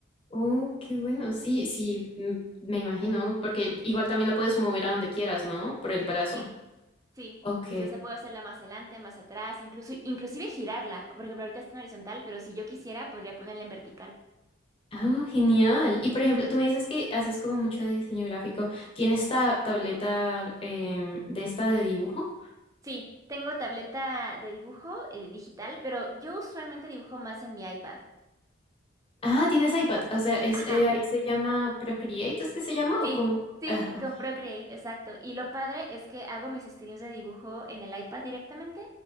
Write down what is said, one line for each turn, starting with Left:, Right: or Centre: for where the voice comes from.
Left: Oh, qué bueno. Sí, sí, mm, me imagino, porque igual también la puedes mover a donde quieras, ¿no? Por el brazo.
Right: Sí. Sí,
Left: Ok.
Right: sí, o sea, puedo hacerla más adelante, más atrás, incluso, inclusive girarla. Por ejemplo, ahorita está en horizontal, pero si yo quisiera, podría ponerla en vertical.
Left: Ah, genial. Y por ejemplo, tú me dices que haces como mucho de diseño gráfico. ¿Tienes ta- tableta em, de esta de dibujo?
Right: Sí, tengo tableta de dibujo eh, digital, pero yo usualmente dibujo más en mi iPad.
Left: Ah, tienes iPad. O sea, es,
Right: Ajá,
Left: eh, ahí se llama Procreate, ¿es que se llama?
Right: sí,
Left: O como...
Right: sí,
Left: Ah, ok.
Right: con Procreate, exacto. Y lo padre es que hago mis streams de dibujo en el iPad directamente.